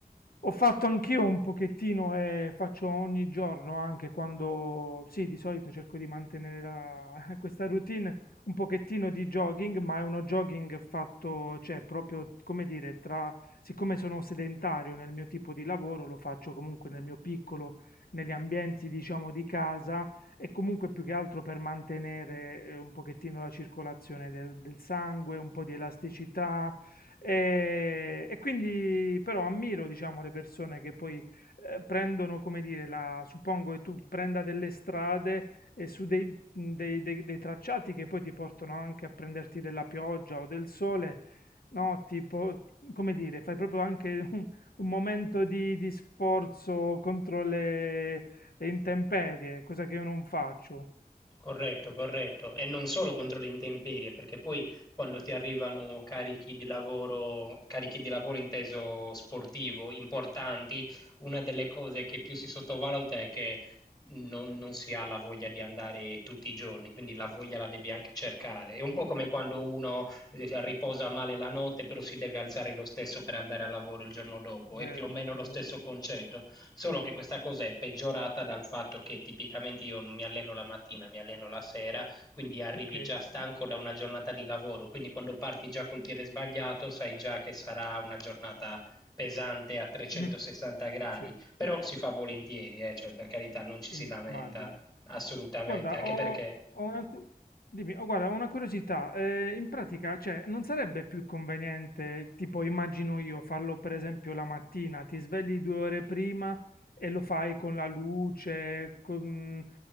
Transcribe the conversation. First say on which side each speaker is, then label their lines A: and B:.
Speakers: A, on the left; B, on the left.
A: ho fatto anch'io un pochettino e faccio ogni giorno, anche quando, sì, di solito cerco di mantenere la- <laughs> questa routine, un pochettino di jogging, ma è uno jogging fatto, cioè, proprio, come dire, tra, siccome sono sedentario nel mio tipo di lavoro, lo faccio comunque nel mio piccolo, negli ambienti, diciamo, di casa e comunque più che altro per mantenere eh, un pochettino la circolazione del, del sangue, un po' di elasticità e, e quindi però ammiro, diciamo, le persone che poi eh, prendono, come dire, la, suppongo che tu prenda delle strade e su dei, dei- dei- dei tracciati che poi ti portano anche a prenderti della pioggia o del sole, no? Tipo, come dire, fai proprio anche <laughs> un, un momento di, di sforzo contro le le intemperie, cosa che io non faccio,
B: Corretto, corretto. E non solo contro le intemperie, perché poi quando ti arrivano carichi di lavoro, carichi di lavoro inteso sportivo, importanti, una delle cose che più si sottovaluta è che non, non si ha la voglia di andare tutti i giorni, quindi la voglia la devi anche cercare. È un po' come quando uno eh, riposa male la notte, però si deve alzare lo stesso per andare al lavoro il giorno dopo,
A: vero,
B: è più o meno lo
A: vero,
B: stesso concetto. Solo che questa cosa è peggiorata dal fatto che tipicamente io non mi alleno la mattina, mi alleno la sera, quindi arrivi
A: ok,
B: già stanco da una giornata di lavoro, quindi quando parti già col piede sbagliato sai già che sarà una giornata pesante a 360
A: <clears throat>
B: gradi,
A: sì,
B: però si fa volentieri, eh, cioè per carità non ci
A: immagino.
B: si lamenta assolutamente,
A: Guarda,
B: anche
A: ho,
B: perché
A: ho una, cu- dimmi, oh, guarda, ho una curiosità. eh, in pratica, cioè, non sarebbe più conveniente, tipo, immagino io, farlo per esempio la mattina, ti svegli due ore prima e lo fai con la luce, con-